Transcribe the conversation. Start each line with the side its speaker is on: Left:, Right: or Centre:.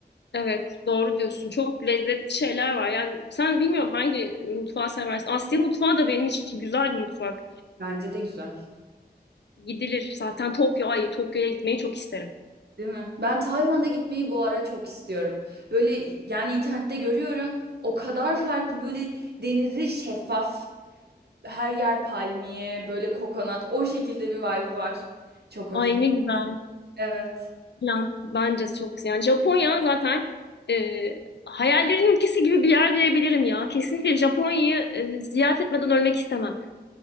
Left: Evet, doğru diyorsun. Çok lezzetli şeyler var. Yani sen bilmiyorum hangi mutfağı seversin. Asya mutfağı da benim için güzel bir mutfak.
Right: Bence de güzel.
Left: Gidilir. Zaten Tokyo, ay Tokyo'ya gitmeyi çok isterim.
Right: Değil mi? Ben Tayland'a gitmeyi bu ara çok istiyorum. Böyle yani internette görüyorum. O kadar farklı böyle denizi şeffaf, her yer palmiye, böyle kokonat o şekilde bir vibe'ı var. Çok hoşum.
Left: Ay ne güzel.
Right: Evet.
Left: Finland bence çok yani Japonya zaten e, hayallerin ülkesi gibi bir yer diyebilirim ya. Kesinlikle Japonya'yı e, ziyaret etmeden ölmek istemem.